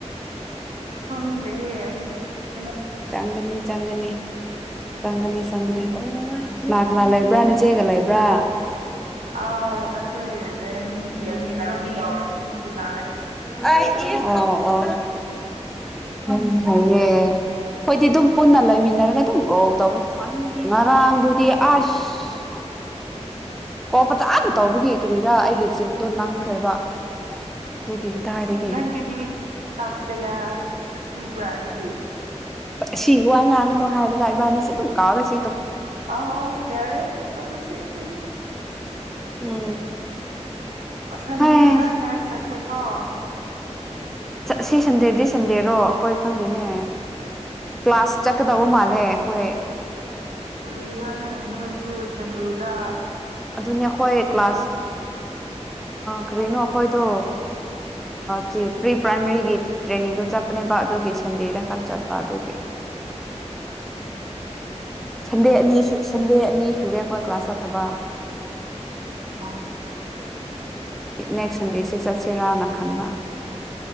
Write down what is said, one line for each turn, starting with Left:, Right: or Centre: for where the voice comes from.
Right: ꯍꯪ ꯂꯩꯍꯦ ꯑꯩ
Centre: ꯆꯪꯒꯅꯤ ꯆꯪꯒꯅꯤ ꯆꯪꯒꯅꯤ ꯆꯪꯒꯅꯤ ꯑꯣ ꯀꯅꯥꯀꯅꯥ ꯂꯩꯦꯕ꯭ꯔꯥꯅꯑꯦ ꯆꯦꯒ ꯂꯩꯕ꯭ꯔꯥ
Right: ꯑꯥꯎ ꯑꯩꯈꯣꯏ ꯔꯦꯟ ꯂꯩꯃꯤꯟꯅꯕ ꯃꯤ ꯑꯅꯤꯁꯨ ꯂꯥꯛꯑꯦ
Centre: ꯑꯥꯎ ꯑꯥꯎ ꯎ ꯁꯌꯦ ꯑꯩꯈꯣꯏꯗꯤ ꯑꯗꯨꯝ ꯄꯨꯟꯅ ꯂꯩꯃꯤꯟꯅꯔꯒ ꯑꯗꯨꯝ ꯀꯣꯜ ꯇꯧꯋ ꯉꯔꯥꯡꯗꯨꯗꯤ ꯑꯁ ꯀꯣ ꯐꯆꯥ ꯑꯅ ꯇꯧꯕꯤꯒꯤ ꯀ꯭ꯔꯤꯔꯥ ꯑꯩꯒꯤ ꯆꯤꯟꯗꯣ ꯅꯪꯈ꯭ꯔꯦꯕ ꯑꯗꯨꯒꯤꯇ ꯀꯗꯏꯗꯒꯏ
Right: ꯅꯪꯒꯤꯗꯤ ꯇꯥꯛꯁ ꯀꯌꯥ ꯁꯨꯕ꯭ꯔꯥ ꯑꯗꯨꯗꯤ
Centre: ꯁꯤ ꯋꯥ ꯉꯥꯡꯉꯅꯨ ꯍꯥꯏꯔꯒ ꯏꯕꯥꯅꯤ ꯁꯤꯗꯨꯝ ꯀꯥꯑꯣꯔꯁꯤ
Right: ꯑ ꯌꯥꯔꯦ ꯇꯎꯔꯁꯦ ꯑꯩꯈꯣꯏꯗꯤ
Centre: ꯎꯝ
Right: ꯁꯟꯗꯦꯗ
Centre: ꯍꯩ
Right: ꯆꯨꯠꯆ ꯆꯠꯁꯦ ꯀꯉ
Centre: ꯁꯤ ꯁꯟꯗꯦꯗꯤ ꯁꯟꯗꯦꯔꯣ ꯑꯩꯈꯣꯏ ꯈꯪꯗꯦꯅꯦ ꯀ꯭ꯂꯥꯁ ꯆꯠꯀꯗꯧꯕ ꯃꯥꯜꯂꯦ ꯑꯩꯈꯣꯏ
Right: ꯀꯔꯤꯔꯥꯅꯦ ꯁꯟꯗꯦꯗꯥ
Centre: ꯑꯗꯨꯅꯤ ꯑꯩꯈꯣꯏ ꯀ꯭ꯂꯥꯁ ꯀꯔꯤꯅꯣ ꯑꯩꯈꯣꯏꯗꯣ ꯆ ꯄ꯭ꯔꯤ ꯄ꯭ꯔꯥꯏꯃꯥꯔꯤꯒꯤ ꯇ꯭ꯔꯦꯅꯤꯡꯗꯣ ꯆꯠꯄꯅꯦꯕ ꯑꯗꯨꯒꯤ ꯁꯟꯗꯦꯗ ꯈꯛ ꯆꯠꯄ ꯑꯗꯨꯒꯤ ꯁꯟꯗꯦ ꯑꯅꯤ ꯁ ꯁꯟꯗꯦ ꯑꯅꯤ ꯁꯨꯔꯦ ꯈꯣ ꯀ꯭ꯂꯥꯁ ꯆꯠꯇꯕ
Right: ꯑ
Centre: ꯅꯦꯛꯁ ꯁꯟꯗꯦꯁꯤ ꯆꯠꯁꯤꯔꯥꯅ ꯈꯟꯕ